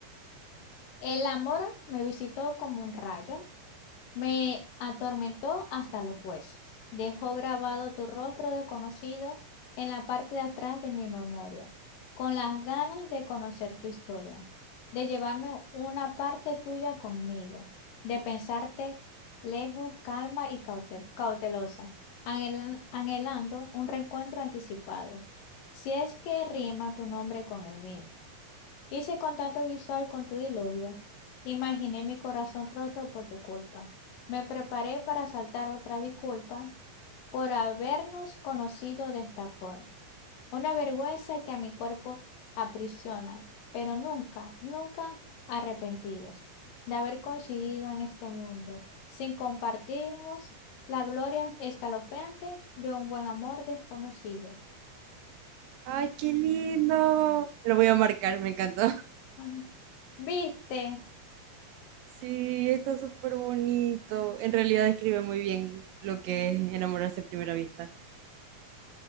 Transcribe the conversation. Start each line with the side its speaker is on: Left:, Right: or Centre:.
Left: el amor me visitó como un rayo Me atormentó hasta los huesos. Dejó grabado tu rostro desconocido en la parte de atrás de mi memoria, con las ganas de conocer tu historia, de llevarme una parte tuya conmigo, de pensarte lejos, calma y caute- cautelosa, anhelan- anhelando un reencuentro anticipado, si es que rima tu nombre con el mío. Hice contacto visual con tu diluvio. Imaginé mi corazón roto por tu culpa. Me preparé para saltar otra disculpa por habernos conocido de esta forma. Una vergüenza que a mi cuerpo aprisiona, pero nunca, nunca arrepentidos de haber coincidido en este mundo, sin compartirnos la gloria escalofriante de un buen amor desconocido.
Right: Ay, qué lindo. Lo voy a marcar, me encantó.
Left: Ajá. ¿Viste?
Right: Sí, está súper bonito. En realidad describe muy bien lo que es enamorarse a primera vista,